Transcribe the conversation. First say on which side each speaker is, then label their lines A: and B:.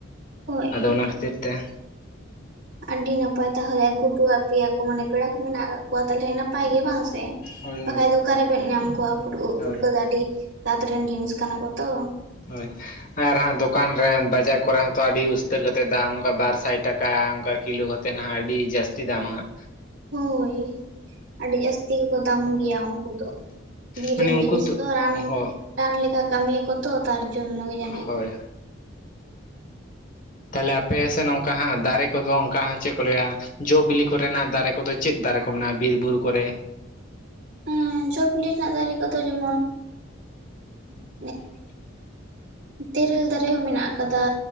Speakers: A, on the right; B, on the left.
A: ᱦᱳᱭ
B: ᱟᱫᱚ ᱚᱱᱟ ᱠᱷᱟᱹᱛᱤᱨ ᱛᱮ
A: ᱟᱹᱰᱤ ᱱᱟᱯᱟᱭ ᱛᱟᱦᱚᱞᱮ ᱟᱹᱜᱩ ᱴᱚᱣᱟ ᱯᱮᱭᱟ ᱠᱚ ᱢᱟᱱᱮ ᱯᱮᱲᱟ ᱠᱚ ᱢᱮᱱᱟᱜ ᱠᱟᱫ ᱠᱚᱣᱟ ᱛᱟᱦᱚᱞᱮ ᱱᱟᱯᱟᱭ ᱜᱮ ᱵᱟᱝ
B: ᱦᱳᱭ
A: ᱵᱟᱠᱷᱟᱡ
B: ᱦᱳᱭ
A: ᱫᱚ ᱚᱠᱟ ᱨᱮᱵᱮᱱ ᱧᱟᱢ ᱠᱚᱣᱟ ᱯᱷᱩᱨᱩ ᱩᱫ
B: ᱦᱳᱭ
A: ᱯᱷᱩᱴᱠᱟᱹ ᱫᱚ ᱟᱹᱰᱤ ᱥᱟᱛ ᱨᱮᱱ ᱡᱤᱱᱤᱥ ᱠᱟᱱᱟ ᱠᱚ ᱛᱚ
B: ᱦᱳᱭ ᱟᱨ ᱦᱟᱸᱜ ᱫᱚᱠᱟᱱ ᱨᱮ ᱵᱟᱡᱟᱨ ᱠᱚᱨᱮ ᱦᱚᱸᱛᱚ ᱟᱹᱰᱤ ᱩᱥᱛᱟᱹᱨ ᱠᱟᱛᱮᱫ ᱫᱟᱢ ᱚᱱᱠᱟ ᱵᱟᱨ ᱥᱟᱭ ᱴᱟᱠᱟ ᱚᱱᱠᱟ ᱠᱤᱞᱳ ᱠᱟ ᱠᱟᱛᱮᱫ ᱦᱟᱜ ᱟᱹᱰᱤ ᱡᱟᱹᱥᱛᱤ ᱫᱟᱢᱼᱦᱟᱜ
A: ᱦᱳᱭ ᱟᱹᱰᱤ ᱡᱟᱹᱥᱛᱤ ᱜᱮᱠᱚ ᱫᱟᱢ ᱜᱮᱭᱟ ᱩᱱᱠᱩ ᱫᱚ ᱵᱤᱨ
B: ᱢᱟᱱᱮ
A: ᱨᱮᱱ
B: ᱩᱱᱠᱩ
A: ᱡᱤᱱᱤᱥ
B: ᱫᱚ
A: ᱛᱚ ᱨᱟᱱ
B: ᱦᱚᱸ
A: ᱨᱟᱱ ᱞᱮᱠᱟ ᱠᱟᱹᱢᱤᱭᱟ ᱠᱚ ᱛᱚ ᱛᱟᱨ ᱡᱚᱱᱱᱚ ᱜᱮ ᱡᱟ. ᱱᱤᱡ
B: ᱦᱳᱭ ᱛᱟᱦᱞᱮ ᱟᱯᱮ ᱥᱮᱫ ᱚᱱᱠᱟ ᱦᱟᱸᱜ ᱫᱟᱨᱮ ᱠᱚᱫᱚ ᱚᱱᱠᱟ ᱦᱟᱜ ᱪᱮᱫ ᱠᱚ ᱞᱟᱹᱭᱟ ᱡᱚ ᱵᱤᱞᱤ ᱠᱚᱨᱮᱱᱟᱜ ᱫᱟᱨᱮ ᱠᱚᱫᱚ ᱪᱮᱫ ᱫᱟᱨᱮ ᱠᱚ ᱢᱮᱱᱟᱜᱼᱟ ᱵᱤᱨ ᱵᱩᱨᱩ ᱠᱚᱨᱮ
A: ᱦᱮᱸ ᱡᱚ ᱵᱤᱞᱤ ᱨᱮᱱᱟᱜ ᱫᱟᱨᱮ ᱠᱚᱫᱚ ᱡᱮᱢᱚᱱ
B: <inaudible>
A: ᱮ ᱛᱤᱨᱤᱞ ᱫᱟᱨᱮ ᱦᱚᱸ ᱢᱮᱱᱟᱜ ᱟᱠᱟᱫᱟ